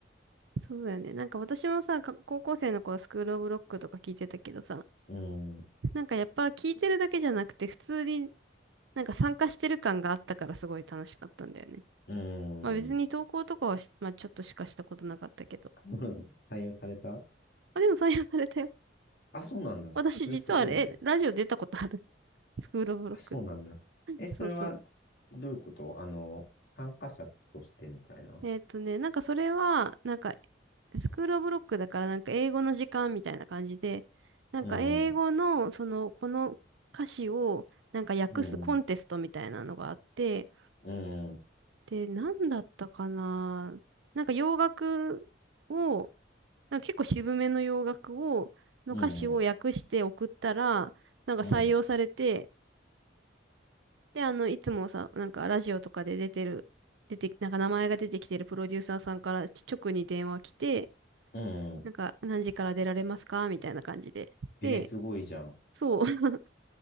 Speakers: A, on the right; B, on the left.
A: そうだよね。なんか私もさ、か高校生の頃スクールオブロックとか聞いてたけどさ、
B: うん、
A: なんかやっぱ聞いてるだけじゃなくて、普通になんか参加してる感があったからすごい楽しかったんだよね。
B: うん。
A: まあ別に投稿とかはしまあちょっとしかしたことなかったけど。
B: <laughs> 採用された
A: まあ、でも採用されたよ。
B: あ、そうなんだ。それすごいね。
A: 私実はあれ、えラジオ出たことある。<laughs> スクールオブロック。
B: あ、そうなんだ。え、それは、
A: そうそう。
B: どういうことあの、参加者としてみたいな
A: えっとね、なんかそれは、なんか、スクールオブロックだから、なんか英語の時間みたいな感じで、なんか英語の、
B: うん、うん、
A: その、この歌詞を、なんか訳すコンテストみたいなのがあって、
B: うん、うん、
A: で、なんだったかななんか洋楽を、なんか結構渋めの洋楽を、の歌詞を訳して送ったら、
B: うん、
A: なんか採用されて、
B: うん、
A: で、あの、いつもさ、なんかラジオとかで出てる、出て、なんか名前が出てきてるプロデューサーさんから直に電話来て、
B: うん。
A: なんか、何時から出られますかみたいな感じで。
B: えー、
A: で、
B: すごいじゃん。
A: そう。<laughs>